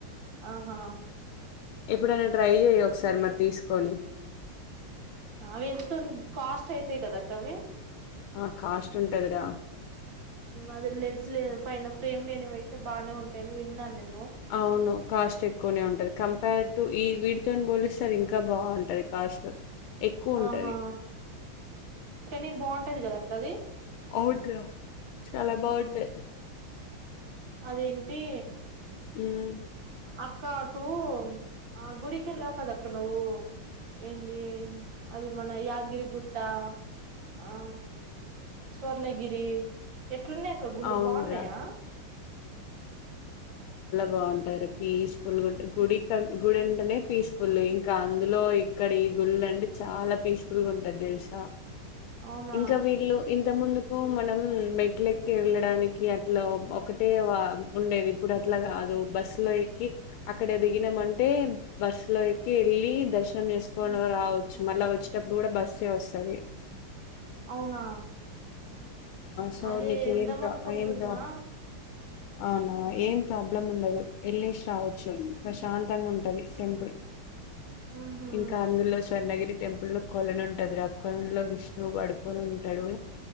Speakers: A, on the right (about 65°); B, on the left (about 80°).
A: ఆహా
B: ఎప్పుడైనా ట్రై చెయ్యి ఒకసారి మరి తీసుకొని
A: అవి ఎంత కాస్ట్ అయితాయి కదాక్క అవి
B: ఆ కాస్ట్ ఉంటదిరా
A: అదే లెన్స్ లే పైన ఫ్రేమ్ లేనివి అయితే బానే ఉంటాయి అని విన్నాను నేను
B: అవును కాస్ట్ ఎక్కువనే ఉంటది కంపేర్ టు ఈ వీటితోని పోలిస్తే అది ఇంకా బావుంటది కాస్ట్ ఎక్కువ ఉంటది
A: ఆహా కానీ బాగుంటాది కదా అక్క అది
B: అవును రా చాలా బాగుంటాయి
A: ఆ అదేంటి
B: హ్మ్
A: అక్క అటు ఆ గుడికెళ్ళావు కదక్క నువ్వు ఏంది అది మన యాద్గిరి గుట్ అట్ట ఆ స్వర్ణగిరి ఎట్లున్నాయక్క గుళ్ళు
B: అవునురా
A: బాగున్నాయా
B: బాగుంటాయి పీస్ఫుల్ గుడి క గుడి వెంటనే పీస్ఫుల్ ఇం ఇంకా అందులో ఇక్కడ ఈ గుళ్ళు అంటే చాలా పీస్ఫుల్ గా ఉంటది తెలుసా
A: అవునా
B: ఇంకా వీళ్ళు ఇంత ముందు మనం మెట్ల ఎక్కి వెళ్ళడానికి అట్లా ఒకటే ఉండేది ఇప్పుడు అట్లా కాదు బస్ లో ఎక్కి అక్కడ ఎ దిగినామంటే బస్ లో ఎక్కి వెళ్ళి దర్శనం చేసుకోని రావచ్చు మళ్ళా వచ్చేటప్పుడు కూడా బస్ వస్తుంది
A: అవునా
B: సో
A: అదే
B: నీకు
A: వెళ్దాం
B: ఏం ప్ర
A: అనుకుంటున్నా
B: ఏం ప్ర అవునా ఏం ప్రాబ్లం ఉండదు వెల్లేసి రావచ్చు ప్రశాంతంగా ఉంటది టెంపుల్
A: ఉహు
B: ఇంకా అందులో స్వర్ణగిరి టెంపులు కొలనుంటది ఆ కొలన్ లో విష్ణువు పడుకొని ఉంటాడు